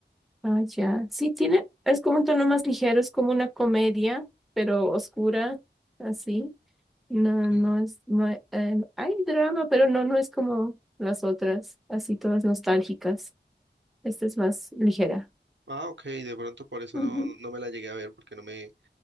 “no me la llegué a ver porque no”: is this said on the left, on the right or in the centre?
Right